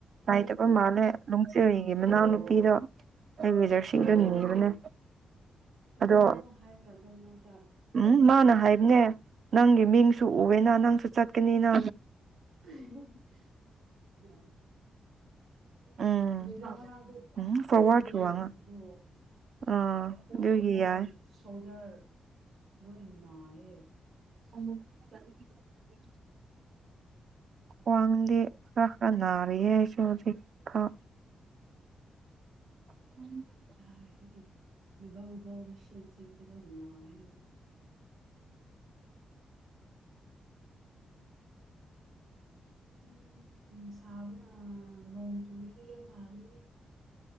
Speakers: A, on the right; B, on the right.
A: ꯂꯩꯇꯕ ꯃꯥꯜꯂꯦ ꯅꯨꯡꯆꯤꯔꯤꯒꯤ ꯃꯅꯥꯎꯅꯨꯄꯤꯗꯣ ꯑꯩ <unintelligible> ꯅꯤꯕꯅꯦ ꯑꯗꯣ
B: ꯅꯪ ꯑꯃꯨꯛ ꯍꯥꯏꯈ꯭ꯔꯕ꯭ꯔ ꯃꯤꯉꫭꯟꯗ
A: ꯎꯝ ꯃꯥꯅ ꯍꯥꯏꯕꯅꯦ ꯅꯪꯒꯤ ꯃꯤꯡꯁꯨ ꯎꯋꯦꯅ ꯅꯪꯁꯨ ꯆꯠꯀꯅꯤꯅ
B: <unintelligible> ꯑ
A: ꯎꯝ
B: ꯀꯔꯤꯔ ꯄꯥꯛ
A: ꯎꯝ ꯐꯣꯔꯋꯥꯔꯗ
B: ꯆꯦꯟꯗꯦ
A: ꯋꯥꯡꯉ
B: <unintelligible>
A: ꯑꯥ
B: ꯈꯨꯠ
A: ꯑꯗꯨꯒꯤ
B: ꯈꫭꯡ
A: ꯌꯥꯏ
B: ꯖꫪ ꯂꯣꯏ ꯑꯌꯦ
A: <unintelligible> ꯈ꯭ꯋꯥꯡꯗꯤ ꯈꯔ ꯈꯔ ꯅꯥꯔꯤꯌꯦ ꯍꯧꯖꯤꯛꯐꯥꯎ <unintelligible>
B: <unintelligible> ꯃꯤꯁꯦꯟ ꯁꯦꯟ ꯐꯖꯅ ꯅꯥꯥꯏꯌꯦ ꯎꯝ ꯅꯨꯡꯁꯥꯕꯅ ꯅꯣꯡ ꯆꯨꯨꯔꯗꯤ ꯌꯥꯝ ꯐꯥꯒꯅꯤ